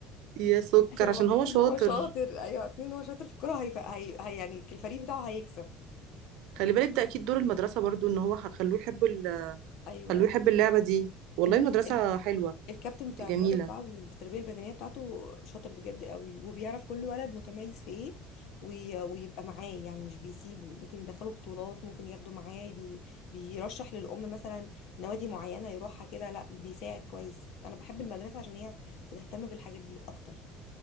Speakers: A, on the right (about 75°); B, on the left (about 65°).
A: يا
B: <laughs>
A: سكر
B: عشان
A: عشان
B: عارفين
A: هو
B: ان
A: شاطر
B: هو شاطر ايوه عارفين ان هو شاطر في الكوره هي... هي... هي يعني الفريق بتاعه هيكسب
A: خلي بالك ده اكيد دور المدرسه برضو ان هو خلوه يحب ال-
B: ايوه
A: خلوه يحب اللعبه دي والله
B: الم...
A: المدرسه حلوه
B: الكابتن بتاع
A: جميله
B: الرياضه بتاع التربيه البدنيه بتاعته شاطر بجد قوي وبيعرف كل ولد متميز في ايه وي... ويبقى معاه يعني مش بيسيبه ممكن يدخله بطولات ممكن ياخده معاه بي... بيرشح للام مثلا نوادي معينه يروحها كده لا بيساعد كويس انا بحب المدرسه عشان هي بتهتم بالحاجات دي اكتر